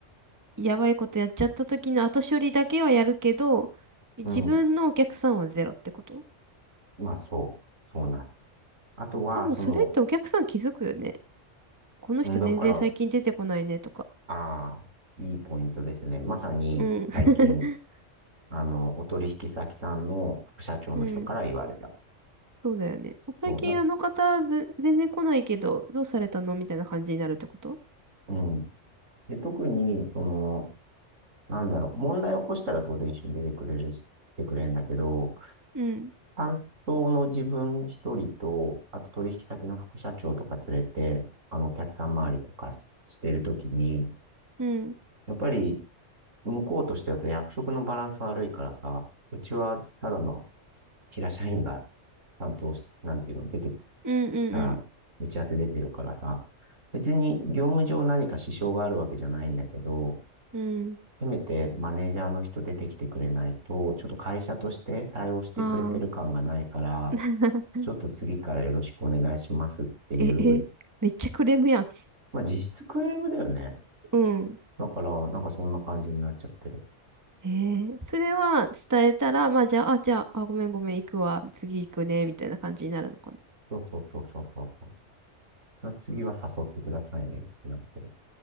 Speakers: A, on the right; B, on the right.
A: やばいことやっちゃった時の後処理だけはやるけど、自分のお客さんはゼロってこと
B: うん、まあ、そう、そうなる。あとは、
A: でもそれってお客さん気づくよね。
B: その、
A: この人全然最近出てこないねとか。
B: うんだから、ああ、いいポイントですね。まさに最近、
A: うん。<laughs>
B: あの、お取引先さんの副社長の人から言われた。
A: うん。そうだよね。最近あの方ぜ全然来ないけど、
B: そう、な、
A: どうされたのみたいな感じになるってこと
B: うん。で、特に、その、なんだろう、問題を起こしたら当然一緒に出てくれるし、来てくれるんだけど、
A: うん。
B: 担当の自分一人と、あと取引先の副社長とか連れて、あの、お客さん周りとかしてるときに、
A: うん。
B: やっぱり、向こうとしてはさ、役職のバランス悪いからさ、うちはただの平社員が担当し、なんていうの、出てき
A: うんうん
B: た、打ち合わせ出てるからさ、別に業務上何か支障があるわけじゃないんだけど、
A: うん。
B: せめてマネージャーの人出てきてくれないと、ちょっと会社として対応してくれてる感がないから、
A: うん。ああ。<laughs>
B: ちょっと次からよろしくお願いしますっていう、
A: え、え、めっちゃクレームやん。
B: まあ実質クレームだよね。
A: うん。
B: だから、なんかそんな感じになっちゃってる。
A: えー、それは伝えたら、まあじゃあ、あ、じゃあ、あ、ごめんごめん、行くわ、次行くね、みたいな感じになるのかな。
B: そうそうそうそうそうそう。次は誘ってくださいねってなってる。